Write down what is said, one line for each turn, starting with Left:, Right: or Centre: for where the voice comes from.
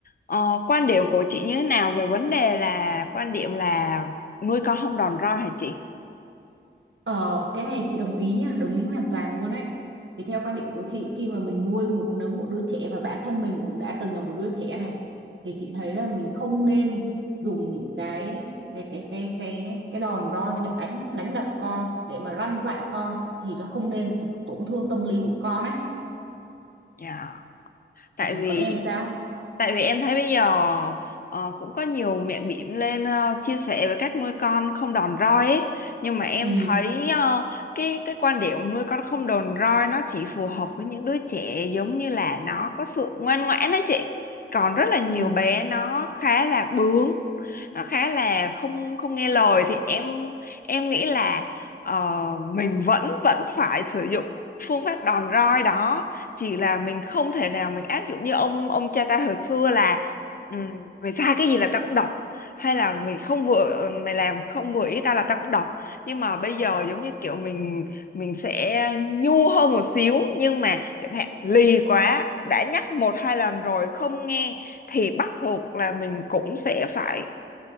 Left: Ờ, quan điểm của chị như thế nào về vấn đề là quan điểm là nuôi con không đòn roi hả chị?
Right: Ờ, cái này chị đồng ý nha, đồng ý hoàn toàn luôn ấy. Thì theo quan điểm của chị khi mà mình nuôi một nấng một đứa trẻ và bản thân mình cũng đã từng là một đứa trẻ này thì chị thấy là mình không nên dùng những cái cái cái cái cái cái đòn roi để đánh đánh đập con để mà răn dạy con thì nó không nên tổn thương tâm lý của con ấy.
Left: Dạ. Tại
Right: Ừ,
Left: vì
Right: còn em sao?
Left: Tại vì em thấy bây giờ ờ, cũng có nhiều mẹ bỉm lên ờ, chia sẻ về cách nuôi con không đòn roi ấy. Nhưng mà em
Right: Ừ,
Left: thấy ờ, cái cái quan điểm nuôi con không đòn roi nó chỉ phù hợp với những đứa trẻ giống như là nó có sự ngoan ngoãn đó chị. Còn rất là nhiều
Right: ừ,
Left: bé nó khá là bướng, nó khá là không không nghe lời thì em em nghĩ là ờ, mình vẫn vẫn phải sử dụng phương pháp đòn roi đó chỉ là mình không thể nào mình áp dụng như ông ông cha ta hồi xưa là ừ, mày sai cái gì là tao cũng đọc hay là mày không vừa mày làm không vừa ý tao là tao cũng đọc nhưng mà bây giờ giống như kiểu mình mình sẽ nhu hơn một xíu nhưng mà chẳng hạn lì quá đã nhắc một hai lần rồi không nghe thì bắt buộc là mình cũng sẽ phải